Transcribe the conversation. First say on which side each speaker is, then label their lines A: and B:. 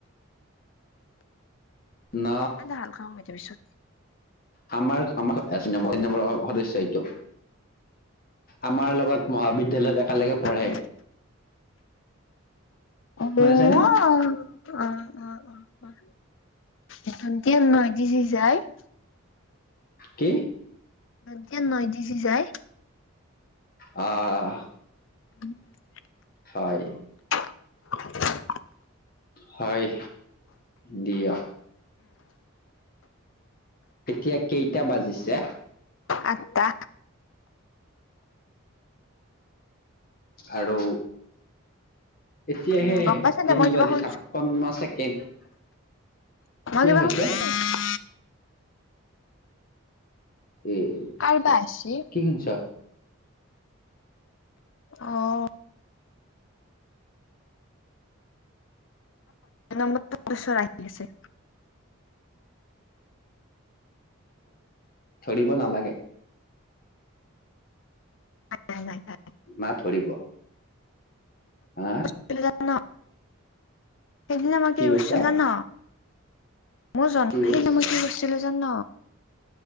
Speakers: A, on the left (about 40°); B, on the left (about 60°).
A: ন
B: আধা হালকা হৈ যাবি চত
A: আমাৰ আমাৰ <unintelligible> সদস্য এইটো আমাৰ লগত মহাবিদ্যালয়ত একেলগে পঢ়ে।
B: পাবি
A: শুনিছানে
B: বৌৱ অ' অ' অ' অ' অতি নয় দি যি যাই
A: কি?
B: এতিয়া নৈ দি যে যাই।
A: অ'।
B: <inaudible>
A: হয়।
B: <unintelligible>
A: হয় দিয়া। এতিয়া কেইটা বাজিছে?
B: আঠটা।
A: আৰু এতিয়াহে
B: উম গম পাইছা দে
A: তিনি
B: মই কিবা
A: বাজি
B: শুনছো
A: ছাপন্ন ছেকেণ্ড।
B: <unintelligible>
A: কি হৈছে উম।
B: কাৰবা আছে?
A: কি শুনিছা?
B: অ'। <inaudible> বছৰ আহি আছে।
A: ধৰিব নালাগে।
B: <inaudible>
A: মা ধৰিব। হা?
B: সেইদিনা ন, সেইদিনা মাকে
A: কি কৈছা
B: গৈছিল ন। মোৰ জন
A: কি
B: সেইদিনা
A: কৈছা
B: মই কি কৰিছিলোঁ জান?